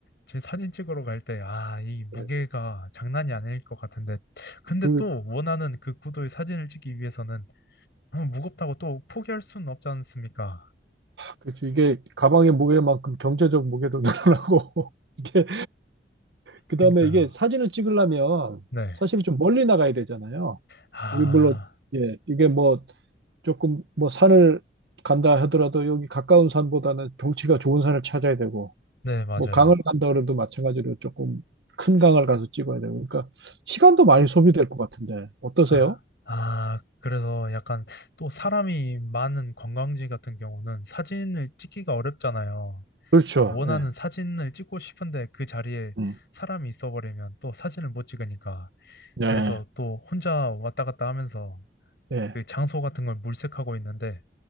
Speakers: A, on the left (about 65°); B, on the right (about 80°).
A: 제 사진 찍으러 갈 때 아, 이 무게가
B: 예.
A: 장난이 아닐 것 같은데 근데
B: 그,
A: 또 원하는 그 구도의 사진을 찍기 위해서는 어, 무겁다고 또 포기할 수는 없지 않습니까?
B: 그, 이게 가방의 무게만큼 경제적 무게도 <laughs> 늘어나고, 이게, 그
A: 그러니까요.
B: 다음에 이게 사진을 찍으려면
A: 네.
B: 사실 좀 멀리 나가야 되잖아요.
A: 아,
B: 우리 물론, 예, 이게 뭐 조금 뭐 산을 간다 하더라도 여기 가까운 산보다는 경치가 좋은 산을 찾아야 되고,
A: 네, 맞아요.
B: 뭐 강을 간다 그래도 마찬가지로 조금 큰 강을 가서 찍어야 되고, 그러니까 시간도 많이 소비될 것 같은데, 어떠세요?
A: 아, 아, 그래서 약간 또 사람이 많은 관광지 같은 경우는 사진을 찍기가 어렵잖아요.
B: 그렇죠.
A: 또 원하는
B: 예.
A: 사진을 찍고 싶은데 그 자리에
B: 음.
A: 사람이 있어버리면 또 사진을 못 찍으니까. 음.
B: 네.
A: 그래서 또 혼자 왔다 갔다 하면서
B: 예,
A: 그 장소 같은 걸 물색하고 있는데,